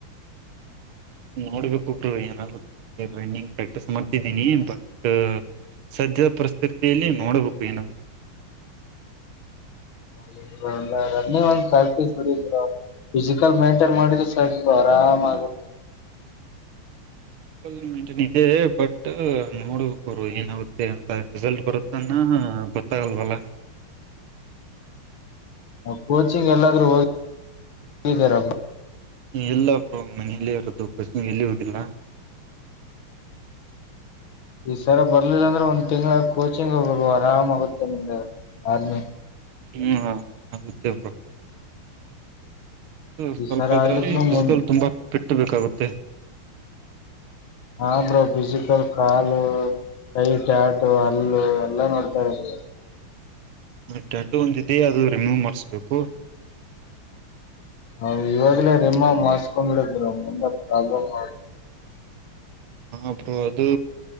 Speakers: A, on the right (about 75°); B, on the left (about 70°).
A: ಹ ನೋಡ್ಬೇಕ ಒಬ್ರು ಏನಾಗುತ್ತೆ ರನ್ನಿಂಗ್ ಪ್ರಾಕ್ಟೀಸ್ ಮಾಡ್ತಿದ್ದೀನಿ ಬಟ್ ಸದ್ಯದ ಪರಿಸ್ಥತಿಯಲ್ಲಿ ನೋಡ್ಬೇಕು ಏನಾಗುತ್ತೆ
B: ಹೌ ರನ್ನಿಂಗ್ ಒಂದ ಪ್ರಾಕ್ಟಿಸಸ್ ಮಾಡರ ಫಿಸಿಕಲ್ ಮೇಂಟೈನ್ ಮಾಡಿದ್ರೆ ಸೈು ಆರಾಮ ಆಗುತ್ತೆ
A: ಹ ಮಟನ್ ಇದೆ ಬಟ್ ನೋಡ್ಬೇಕ ಅವ ಏನಾಗುತ್ತೆ ಮ ಅಂತ ರಿಸಲ್ಟ್ ಬರುತ್ತನ್ನ ಗೊತ್ತಾಗಲ್ವಲ್ಲ.
B: ಕೋಚಿಂಗ್ ಎಲ್ಲಾದ್ರೂ ಹೋಗಿಾರಬ್ಬ
A: ಎಲ್ಲಬ್್ರ ಮನೆಯಲ್ಲೇ ಇರೋದು ಖಸ್ ಎಲ್ಲಿ ಹೋಗಿಲ್ಲ
B: ಈ ಸರ ಬರ್ಲಿಲ್ಲ ಅಂದ್ರೆ ಒಂದ್ ತಿಂಗ್ಳ ಕೋಚಿಂಗ್ ಹೋಗ ಆರಾಮ್ ಆಗುತ್ತೆ ನಿಮ್ದ ಬ್ಮ
A: ಹ್ಮ ಆಗುತ್ತೇವರು ಸ್ವಲ್ಪ
B: ಈ ಸರ
A: ಅದ್ರಲ್ಲಿ
B: ಆಗ್ಲಿಕ್ನು
A: ಫಿಸಿಕಲ್
B: ಮುಂದ್
A: ತುಂಬಾ ಫಿಟ್ ಬೇಕಾಗುತ್ತೆ
B: ಆದ್ರೂ ಫಿಸಿಕಲ್ ಕಾಲು ಕೈ ಟ್ಯಾ ಆಟು ಹಲ್ಲು ಎಲ್ಲಾ ನೋಡ್ತಾರೆ ನೀ
A: ಟ್ಯಾಟೋ ಒಂದಿದೆ ಅದು ರಿಮೂವ್ ಮಾಡ್ಸ್ಬೇಕು
B: ಹ ಇವಾಗಲೇ ರೇಮ್ಮಾ ಮಾಸ್ಕೊಂಡ್ಬಿಡದ್ರ ಮುಂದ ಪ್ರಾಬ್ಲಮ್ ಆ
A: ಹಪ್ರರು ಅದು